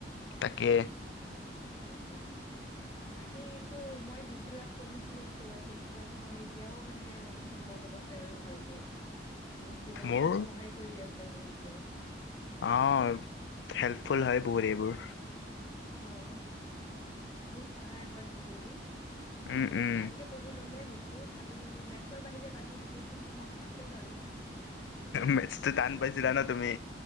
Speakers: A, on the left; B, on the left.
A: তাকে
B: সেইটোৱে, বাকী কিন্তু মই যিবিলাক পঢ়িছিলো স্কুলত সেইবিলাক মই এতিয়াও মানে মোৰ মনত আছে আৰু ভালকে। মোক জীৱনত
A: মোৰ
B: বহুত সহায় কৰি আছে। আৰু এতিয়াও।
A: অ' হেল্পফুল হয় বহুত এইবোৰ।
B: অ' বহুত সহায় হয় সেইবোৰ দি।
A: উম
B: বহুত
A: উম
B: ভালকে পঢ়ি ললে বোৰ খালি মেথছৰ বাহিৰে বাকী গোটেই খিনি মনত আছে বাৰু।
A: মেথছটো টান পাইছিলা ন তুমি